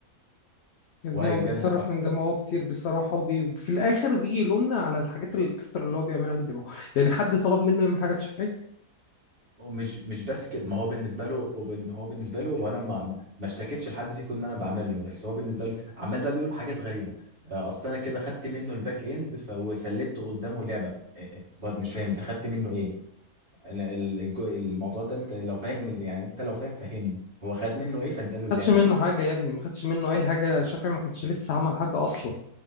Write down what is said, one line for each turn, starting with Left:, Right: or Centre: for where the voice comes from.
Left: يا ابني
Right: وهيتجنن
Left: هو بيتصرف من دماغه كتير بصراحة وفي في الاخر بيجي يلومنا على الحاجات الاكسترا اللي هو بيعملها من دماغه يعني حد طلب منه يعمل حاجة لشافعي
Right: ومش مش بس كده ما هو بالنسبه له هو بن- هو بالنسبه له وانا ما ما ما اشتكيتش لحد فيكم ان انا بعمل له بس هو بالنسبه له عمال بقى بيقول حاجات غريبه آه، اصل انا كده خدت منه الباك اند ف- وسلبت قدامه لعبه آه، آه، بر- مش فاهم انت خدت منه ايه انا ال- الج- الموضوع ده انت لو فاهم يعني انت لو فاهم فهمني هو خد منه ايه فاداله اللعبه
Left: ما خدش منه حاجة يا ابني ما خدش منه اي حاجة شافعي ما كانش لسه عمل حاجة اصلا